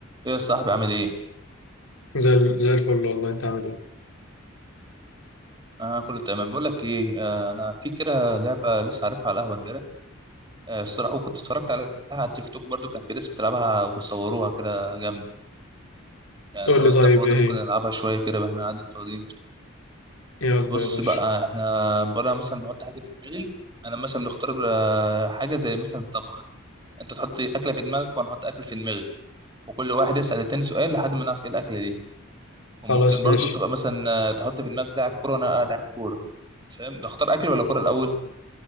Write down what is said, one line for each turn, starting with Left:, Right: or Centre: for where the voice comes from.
Right: ايه يا صاحبي عامل ايه؟
Left: زي ال- زي الفل والله انت عامل ايه
Right: انا كله تمام بقول لك ايه آه انا في كده لعبه لسه عارفها على القهوه امبارح آه الصراحه وكنت اتفرجت عليها على التيك توك برضو كان في ناس بتلعبها وبيصوروها كده جامد يعني
Left: قول
Right: لو
Left: لي
Right: انت
Left: طيب
Right: فاضي
Left: ايه
Right: ممكن نلعبها
Left: هي
Right: شويه كده بقى احنا قاعدين فاضيين
Left: يلا
Right: بص
Left: يا باشا
Right: بقى احنا بره مثلا بحط حاجه في دماغي انا مثلا بنختار آه، حاجه زي مثلا الطبخ انت تحط اكله في دماغك وانا احط اكل في دماغي وكل واحد يسال التاني سؤال لحد ما نعرف ايه الاكله دي وممكن
Left: خلاص
Right: برضو
Left: ماشي
Right: تبقى مثلا آه، تحط في دماغك لاعب كوره وانا لاعب كوره فاهم ده اختار اكل ولا كوره الاول